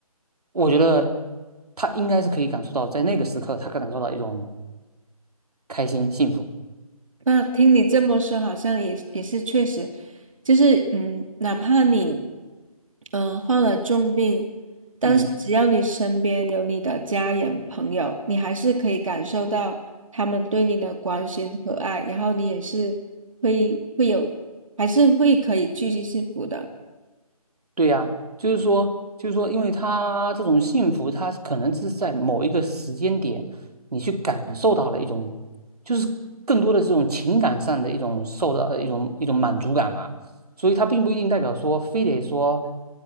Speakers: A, on the right; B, on the right.
A: 我觉得他应该是可以感受到，在那个时刻，他可以感受到一种开心、幸福。
B: 那听你这么说，好像也是也是确实，就是嗯，哪怕你嗯、呃患了重病，但是只要你身边有你的家人朋友，
A: 嗯。
B: 你还是可以感受到他们对你的关心和爱，然后你也是会会有，还是会可以继续幸福的。
A: 对呀，就是说，就是说，因为他这种幸福，他可能是在某一个时间点，你去感受到了一种，就是更多的这种情感上的一种受到呃一种一种满足感嘛。所以它并不一定代表说，非得说，